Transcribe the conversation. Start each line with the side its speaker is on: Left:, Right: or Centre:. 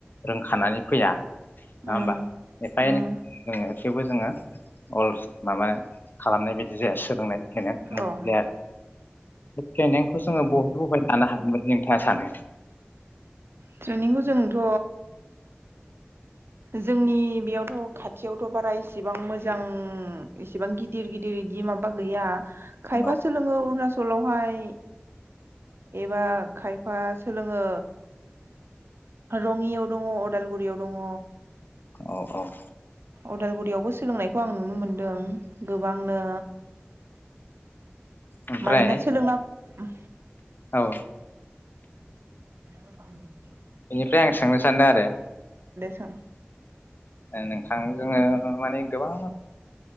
Left: रोंखानानै फैया नङा
Right: उम
Left: होमबा एफा-एनै
Right: उम
Left: थेवबो जोङो अल माबा खालामनायदि बिदि जाया सोदांनाय ट्रेनिं
Right: औ
Left: बे ट्रेनिंखौ जोङो बहाय बहाय लानो हायो जों? मा सानो?
Right: ट्रेनिंखौ जोंथ' जोंनि बेयावथ' खाथियावथ' बारा इसेबां मोजां इसेबां गिदिर गिदिर बिदि माबा गैया खायफा
Left: औ
Right: सोलोङो अरुणाचल चलावहाय एबा खायफा फा सोलोङो रङियाव दङ' अदालगुरियाव दङ'
Left: औ-औ उ
Right: अदालगुरियावबो सोलोंनायखौ आं नुनो मोनदों गोबांनो
Left: ओमफ्राय
Right: मानोना सोलोंना <unintelligible>
Left: औ
Right: <unintelligible>
Left: इनिफ्राय आं सोंनो सान्दों आरो
Right: सा
Left: नोंथां जोंङो माने गोबां